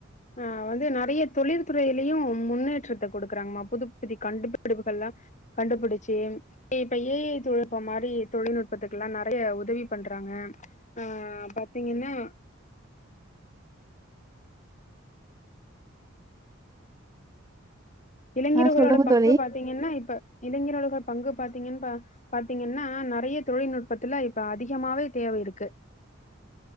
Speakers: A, on the left (about 35°); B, on the right (about 15°).
A: ஆ வந்து நறைய தொழிற்துறையிலயு முன்னேற்றத்தப் கொடுக்குறாங்மா புது புது கண்டுபிடி பிடிப்புகல்லா கண்டுபுடுச்சு இப்ப ஏஐ தொழில் நுட்பம் மாரி தொழில்நுட்பத்துக்கு எல்லா நறைய உதவி பண்றாங்க ஆ பாத்தீங்கன்னா இளைஞர்களோட
B: ஆ சொல்லுங்க
A: பங்கு
B: தோழி.
A: பாத்தீங்கன்னா இப்ப இளைஞர்களுட பங்கு பாத்தீங்கன்னு பா பாத்தீங்கன்னா நறைய தொழில்நுட்பத்துல இப்ப அதிகமாவே தேவை இருக்கு